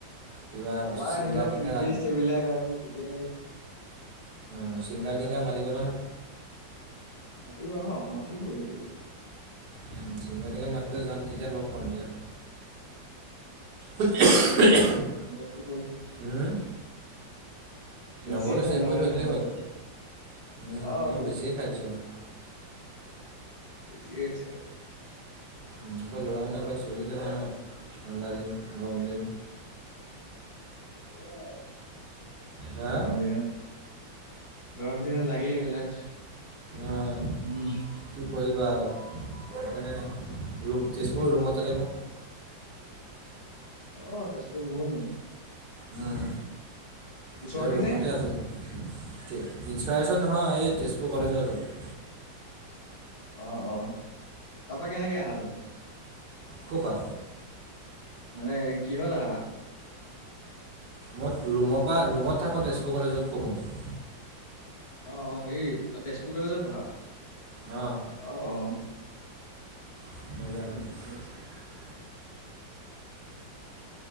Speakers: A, on the right (about 60°); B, on the left (about 80°).
A: কিবা
B: আমাৰ
A: ছিংগাৰ
B: আহিব
A: টিংগাৰ
B: প্ৰিটেষ্ট
A: আন
B: এইবিলাক আৰু তেতিয়াই',
A: অ', চিংগাৰ টিংগাৰ মাৰিব নহয়',
B: মাতিব, অহ', মাতিবই',
A: উম', চিংগাৰ টিংগাৰ মাতিলে যাম তেতিয়া লগ পাম দিয়া', উঃ, উঃ',
B: কণ্টেক্ট টো কৰি',
A: উম',
B: বেছিয়ে
A: নম্বৰটো
B: ঠাণ্ডা
A: ছেভ কৰি
B: পানী
A: থৈ
B: খাব
A: দিলেই
B: হৈছে।
A: হ'ল, হুম',
B: অ',
A: মই বেছিয়ে খাই দিছোঁ অ',
B: বেছি এ হৈছে আৰু',
A: উম', এনেকুৱা ল'ৰা মানুহ এইবিলাক চলি থাকে ন, ঠাণ্ডা দিন, গৰম দিন',
B: সেইয়াই,
A: হা
B: গৰম দিনত? গৰম দিনত লাগেই এইবিলাক,
A: অ',
B: উম',
A: কি কৰিবা‌ আৰু সেইকাৰণে', ৰুম তেজপুৰৰ ৰুমতে থাকো',
B: অ', - অ', তেজপুৰৰ ৰুমত নি',
A: উম',
B: ওচৰতে
A: এতিয়া ৰুমতে
B: নে?
A: আছোঁ', তেজ, ইনসপাইৰেশচন নহয়, এই তেজপুৰ কলেজৰ ওচৰত',
B: অ', - অ', তাৰপা কেনেকে আহা তুমি?
A: কপা?
B: মানে কিহত আহা?
A: মই ৰুমৰ পৰা? ৰুমত থাকোঁ তেজপুৰ কলেজত পঢ়োঁ',
B: অ', হেৰি অ', তেজপুৰ কলেজে পঢ়া?
A: অঁ',
B: অহ',
A: সেইকাৰণে',
B: ঠিকে <unintelligible>